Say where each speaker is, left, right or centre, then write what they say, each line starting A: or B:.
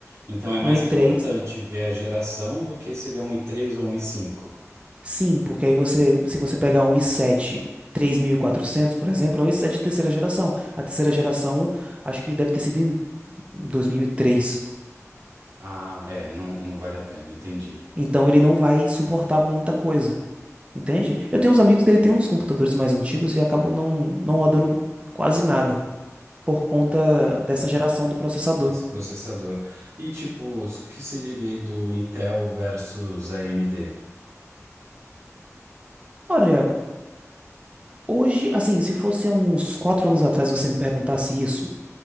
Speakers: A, on the right; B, on the right.
A: Então é mais
B: Um i3
A: importante ver a geração do que se ele é um i3 ou um i5.
B: Sim, porque aí você, se você pegar um i sete três mil e quatrocentos por exemplo, é um i sete de terceira geração. A terceira geração, acho que deve ter sido em dois mil e três
A: Ah, é, não, não vale a pena, entendi.
B: Então ele não vai suportar muita coisa, entende? Eu tenho uns amigos que ele tem uns computadores mais antigos e acabam não, não rodando quase nada por conta dessa geração do processador.
A: Esse processador. E tipo, o que você diria aí do Intel versus AMD?
B: Olha, hoje, assim, se fosse há uns quatro anos atrás você me perguntasse isso,